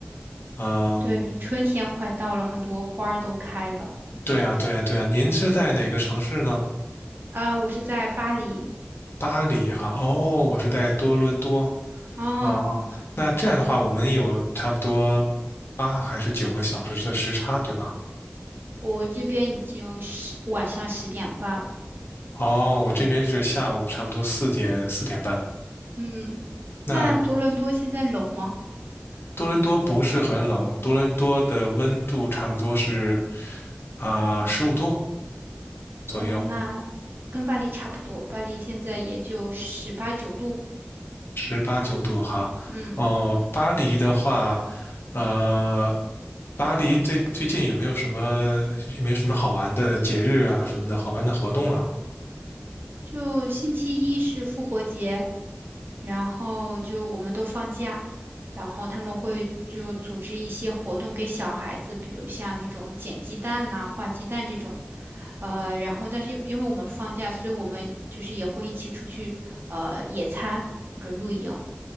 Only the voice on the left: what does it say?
嗯，
对啊，对啊，对啊，您是在哪个城市呢？
巴黎哈，哦，我是在多伦多。
哦哦，那这样的话，我们有差不多八还是九个小时的时差，对吧？
哦，我这边是下午差不多四点四点半。
那
多伦多不是很冷，多伦多的温度差不多是啊十五度左右，
十八九度哈。
哦，巴黎的话，呃，巴黎最最近有没有什么有没有什么好玩的节日啊什么的好玩的活动啊？